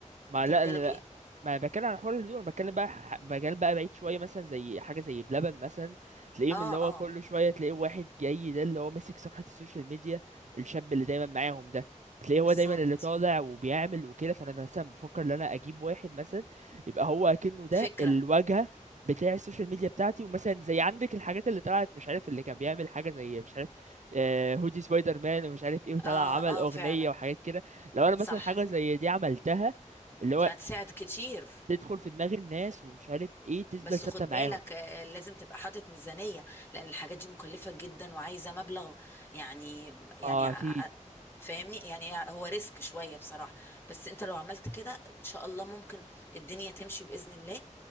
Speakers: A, on the right; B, on the left.
A: ما
B: انت
A: لا
B: مجالك
A: ال-
B: ايه
A: ما بتكلم عن حوار الهدوم انا بتكلم بقى ح- مجال بقى بعيد شويه مثلا زي حاجه زي بلبن مثلا تلاقيهم
B: اه
A: اللي هو
B: اه
A: كل شويه تلاقيه واحد جاي ده اللي هو ماسك صفحه السوشيال ميديا الشاب اللي دايما معاهم ده بتلاقيه هو
B: بالظبط
A: دايما اللي طالع وبيعمل وكده فانا مثلا بفكر ان انا اجيب واحد مثلا يبقى هو اكنه ده
B: فكره
A: الواجهه بتاع السوشيال ميديا بتاعتي ومثلا زي عندك الحاجات اللي طلعت مش عارف اللي كان بيعمل حاجه زي مش عارف آه، هودي سبايدر مان ومش عارف ايه وطلع
B: اه
A: عمل
B: اه
A: اغنيه
B: فعلا
A: وحاجات كده لو انا مثلا
B: صح
A: حاجه زي دي عملتها اللي هو
B: دي هتساعد كتير
A: تدخل في دماغ الناس ومش عارف ايه تفضل
B: بس
A: ثابته
B: خد بالك
A: معاهم
B: آه، لازم تبقى حاطط ميزانية لأن الحاجات دي مكلفة جدا وعايزة مبلغ يعني يعني
A: اه
B: ع-
A: اكيد
B: ع- فاهمني يعني هو ريسك شوية بصراحة بس انت لو عملت كده ان شاء الله ممكن الدنيا تمشي بإذن الله